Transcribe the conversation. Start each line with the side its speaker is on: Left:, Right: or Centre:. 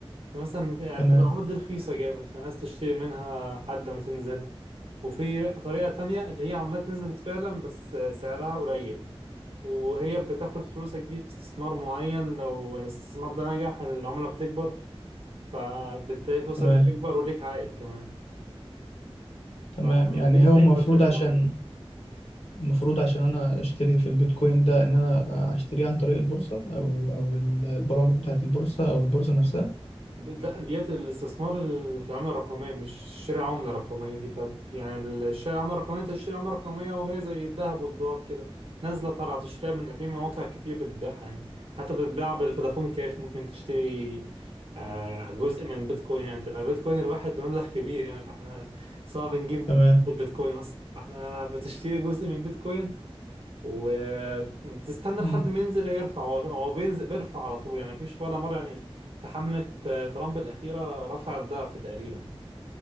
Right: مثلا يعني
Left: تمام
Right: بتبقى العملات دي رخيصه جامد فالناس تشتري منها لحد ما تنزل وفي طريقه تانية اللي هي عملات نزلت فعلا بس سعرها قليل وهي بتاخد فلوسك دي في استثمار معين لو الاستثمار ده نجح العمله بتكبر فبالتالي فلوسك
Left: تمام
Right: بتكبر وليك عائد كمان
Left: تمام
Right: فدي
Left: يعني
Right: الفكره
Left: هو المفروض
Right: بشكل
Left: عشان
Right: عام
Left: المفروض عشان انا اشتري في البيتكوين ده ان انا اشتريه عن طريق البورصة او او ال- البرامج بتاعة البورصة او البورصة نفسها
Right: د- لا ديت الاستثمار ال- في العملة الرقمية مش شراء عملة رقمية في فرق في يعني ال- شراء عملة رقمية انت تشتري عملة رقمية وهي زي الذهب والدولار كده نازلة طالعة بتشتريها من في مواقع كتير بتبيعها يعني حتى بتباع بالفودافون كاش ممكن تشتري آه، جزء من بيتكوين يعني انت لو بيتكوين الواحد مبلغ كبير يعني فاحنا صعب نجيب
Left: تمام
Right: بيتكوين اصلا فاحنا بتشتري جزء من بيتكوين وبتستنى
Left: مم.
Right: لحد ما ينزل يرفع هو هو بينزل بيرفع على طول يعني مفيش ولا مرة يعني في حملة آه، ترامب الأخيرة رفع الضعف تقريبا